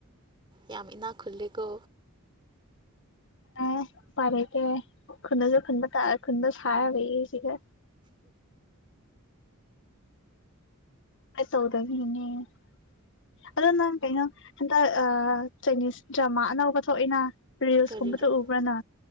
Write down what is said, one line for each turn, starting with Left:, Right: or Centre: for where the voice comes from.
Right: ꯌꯥꯝ ꯏꯅꯥꯛ ꯈꯨꯜꯂꯦꯀꯣ꯫
Left: ꯑꯦ ꯎꯄꯥꯏ ꯂꯩꯇꯦ ꯈꯨꯟꯗꯖꯨ ꯈꯨꯟꯕ ꯇꯥꯔ ꯈꯨꯟꯕ ꯁꯥꯔ ꯂꯩꯌꯦꯁꯤꯗ꯫ <unintelligible> ꯑꯗꯣ ꯅꯪ ꯀꯩꯅꯣ ꯍꯟꯗꯛ ꯑ ꯆꯩꯏꯅꯤꯁ ꯗ꯭ꯔꯃꯥ ꯑꯅꯧꯕ ꯊꯣꯛꯏꯅ ꯔꯤꯜꯁꯀꯨꯝꯕꯗꯨ
Right: ꯀꯔꯤꯔ
Left: ꯎꯕ꯭ꯔꯥꯅ꯫